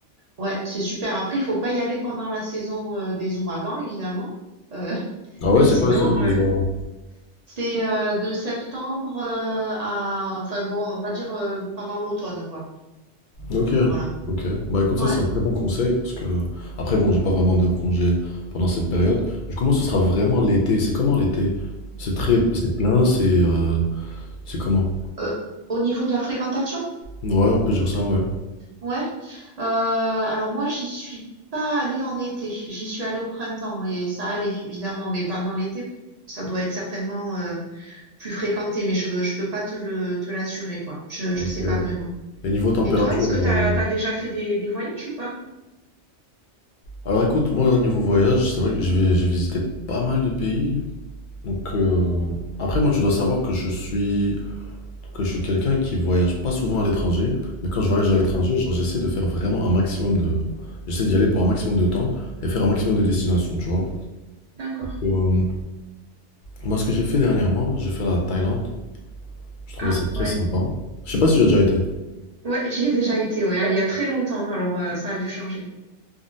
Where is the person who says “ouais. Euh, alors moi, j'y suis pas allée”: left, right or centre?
Right